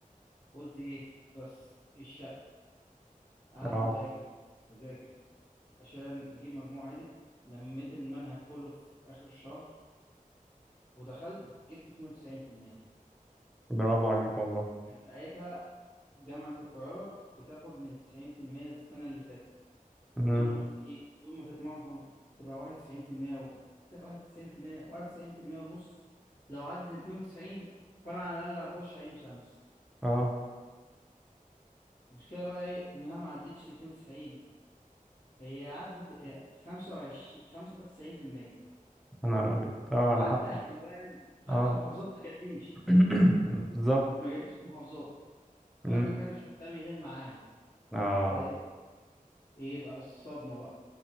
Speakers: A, on the left; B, in the centre.
A: قلت ايه بس الشقة قعدت
B: اه
A: أذاكر أذاكر عشان أجيب مجموع عادل لميت المنهج كله في آخر الشهر ودخلت جبت 92%
B: برافو عليك والله
A: كان ساعتها جامعة القاهرة بتاخد من 90% السنة اللي فاتت
B: امم
A: فأنا قلت ايه يوم ما تتمعصم تبقى 91% و 91% 91% ونص لو عدت 92 فأنا على الأقل هخش عين شمس
B: اه
A: المشكلة بقى ايه انها ما عدتش ال 92 هي عدت هي 25 95%
B: انا ابيض اه على
A: حتى
B: حق
A: حلوان حتى
B: اه
A: محافظات ما جاتليش
B: <clears throat> بالظبط
A: ما جاليش محافظات فانا
B: مم.
A: ما كانش قدامي غير معاهد
B: اه
A: فايه ايه بقى الصدمة بقى